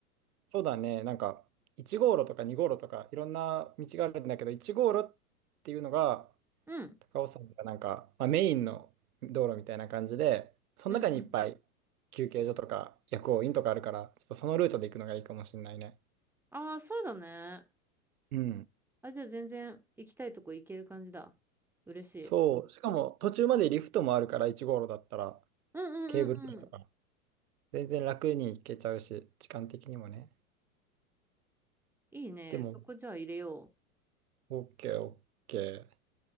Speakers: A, on the right; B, in the centre.
A: そうだね、なんか、1号路とか2号路とかいろんな道があるんだけど、1号路っていうのが、
B: ん、
A: 高尾山がなんか、まあ、メインの道路みたいな感じで、その中にいっぱい休憩所とか薬王院とかあるから、
B: うん、うん。
A: ちょっとそのルートで行くのがいいかもしれないね。
B: ああ、そうだね。
A: うん。
B: あ、じゃあ全然行きたいとこ行ける感じだ。嬉しい。
A: そう。しかも途中までリフトもあるから、1号路だったら
B: うんうんうんうん。
A: ケーブルカーと全然楽に行けちゃうし、時間的にもね。
B: いいね。
A: でも、
B: そこじゃあ入れよ
A: OK、OK。